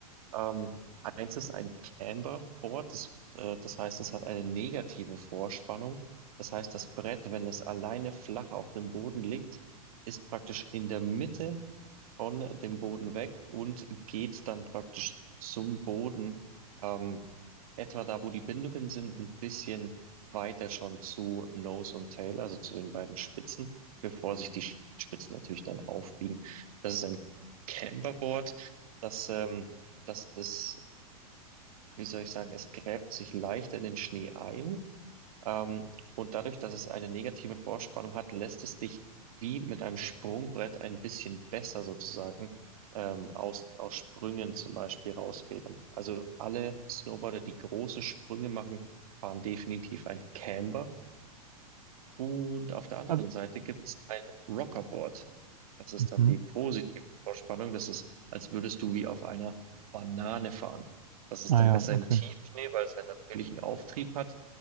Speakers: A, on the right; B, on the right.
A: Ähm, eins ist ein Camberboard, das, äh, das heißt, es hat eine negative Vorspannung. Das heißt, das Brett, wenn es alleine flach auf dem Boden liegt, ist praktisch in der Mitte von dem Boden weg und geht dann praktisch zum Boden, ähm, etwa da, wo die Bindungen sind, ein bisschen weiter schon zu Nose und Tail, also zu den beiden Spitzen, bevor sich die Spitzen natürlich dann aufbiegen. Das ist ein Camberboard, das ähm, das ist wie soll ich sagen, es gräbt sich leichter in den Schnee ein. Ähm, und dadurch, dass es eine negative Vorspannung hat, lässt es dich wie mit einem Sprungbrett ein bisschen besser sozusagen ähm, aus, aus Sprüngen zum Beispiel rausfedern. Also alle Snowboarder, die große Sprünge machen, fahren definitiv ein Camber. Und auf der anderen
B: Also,
A: Seite gibt's ein Rockerboard. Das ist
B: Mhm.
A: dann die positive Vorspannung. Das ist, als würdest du wie auf einer Banane fahren. Das ist
B: Ah
A: dann
B: ja,
A: besser
B: okay.
A: im Tiefschnee, weil es einen natürlichen Auftrieb hat,